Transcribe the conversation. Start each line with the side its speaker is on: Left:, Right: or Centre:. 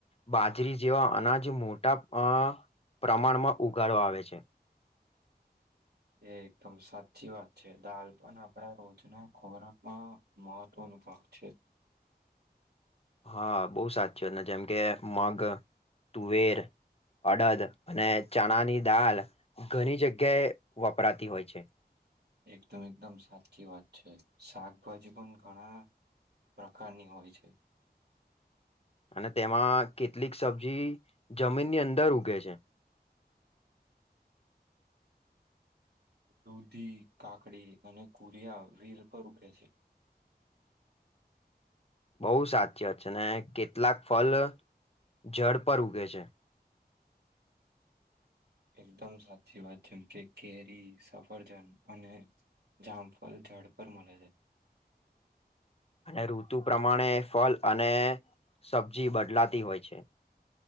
Left: બાજરી જેવા અના જ મોટા પ્રમાણમાં ઉગાડો આવે છે.
Right: એ એકદમ સાચી વાત છે દાલ પણ આપડા રોજના ખોરાકમાં મહત્વનું ભાગ છે.
Left: હા બહુ સાચી વાત જેમ કે મગ તુવેર અડદ અને ચણાની દાળ ઘણી જગ્યાએ વપરાતી હોય છે
Right: એકદમ એકદમ સાચી વાત છે શાકભાજી પણ ઘણા પ્રકારની હોય છે
Left: અને તેમાં કેટલીક સબ્જી જમીનની અંદર ઉગે છે
Right: દૂધી કાકડી અને કુરિયા વેલ પર ઊઘે છે
Left: બહુ સાચી વાત છે ને કેટલાક ફલ જળ પર ઉગે છે
Right: એકદમ સાચી વાત જેમ કે કેરી સફરજન અને જામફલ જળ પર મળે છે
Left: અને ઋતુ પ્રમાણે ફળ અને સબ્જી બદલાતી હોય છે